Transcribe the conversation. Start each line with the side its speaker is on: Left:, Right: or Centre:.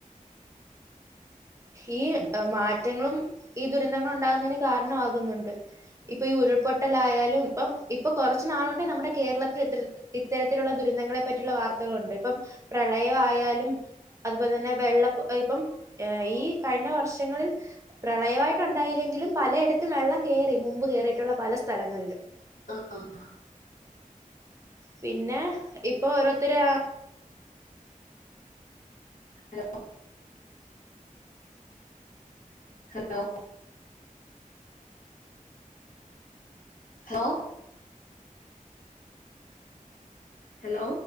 Right: ഈ
Left: വീ-
Right: മാറ്റങ്ങളും ഈ ദുരന്തങ്ങളും ഉണ്ടാകുന്നതിന് കാരണമാകുന്നുണ്ട് ഇപ്പൊ ഈ ഉരുൾപൊട്ടലായാലും ഇപ്പം ഇപ്പൊ കുറച്ച നാളുണ്ട് നമ്മുടെ കേരളത്തിൽ എത്ര ഇത്തരത്തിലുള്ള ദുരന്തങ്ങളെ പറ്റിയുള്ള വാർത്തകളുണ്ട് ഇപ്പം പ്രളയമായാലും അതുപോലെ തന്നെ വെള്ളപ്പ ഇപ്പം ഈ കഴിഞ്ഞ വർഷങ്ങളിൽ പ്രളയമായിട്ട് ഉണ്ടായില്ലെങ്കിലും പലയിടത്തും വെള്ളം കേറി മുമ്പ് കേറിയിട്ടുള്ള പല സ്ഥലങ്ങളിലും
Left: ആഹ് ആഹ്
Right: പിന്നെ ഇപ്പൊ ഓരോരുത്തരാ
Left: ഹലോ ഹലോ ഹലോ ഹലോ